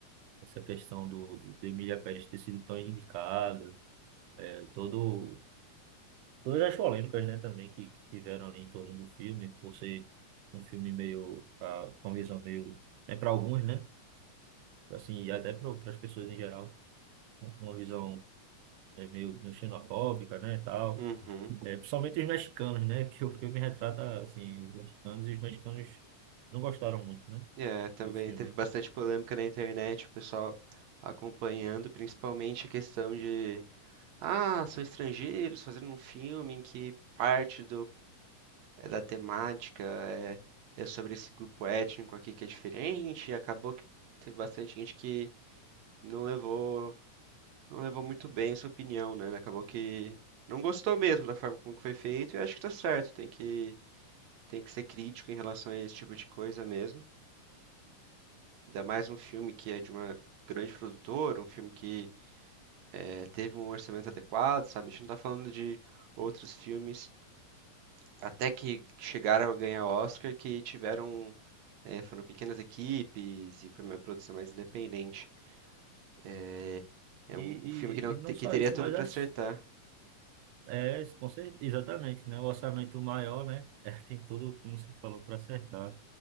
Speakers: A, on the right; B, on the right.
A: Essa questão do, do Emília Pérez ter sido tão indicado, é, todo, todas as polêmicas, né, também que, que tiveram ali em torno do filme, por ser um filme meio, ah, com uma visão meio, é para alguns, né? Assim, e até para as pessoas em geral, um, uma visão é, meio, meio xenofóbica, né, e tal.
B: Uhum.
A: É, principalmente os mexicanos, né? <laughs> Que o filme retrata, assim, os mexicanos, e os mexicanos não gostaram muito, né,
B: É, também
A: do filme.
B: teve bastante polêmica na internet, o pessoal acompanhando, principalmente a questão de, ah, são estrangeiros fazendo um filme em que parte é da temática, é, é sobre esse grupo étnico aqui que é diferente, e acabou que teve bastante gente que não levou, não levou muito bem essa opinião, né? Acabou que não gostou mesmo da forma como que foi feito, e eu acho que tá certo, tem que, tem que ser crítico em relação a esse tipo de coisa mesmo. Ainda mais um filme que é de uma grande produtora, um filme que eh, teve um orçamento adequado, sabe? A gente não tá falando de outros filmes Até que chegaram a ganhar Oscar, que tiveram, eh, foram pequenas equipes e foi uma produção mais independente. É, é
A: E,
B: um,
A: e,
B: um filme que não te-
A: e não
B: que
A: só
B: teria
A: isso,
B: tudo
A: mas
B: pra
A: as,
B: acertar.
A: é, com certeza, exatamente, né? O orçamento maior, né? <laughs> É, tem tudo, como você falou, para acertar.